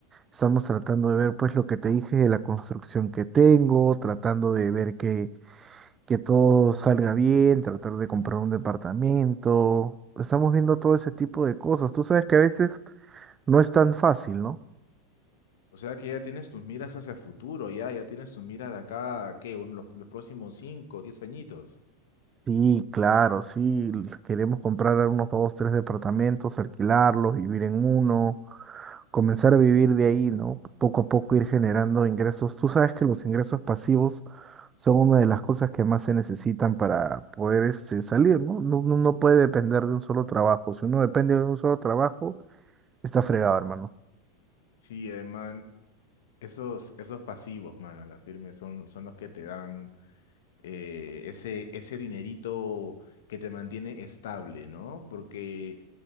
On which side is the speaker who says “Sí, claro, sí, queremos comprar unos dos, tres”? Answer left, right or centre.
Right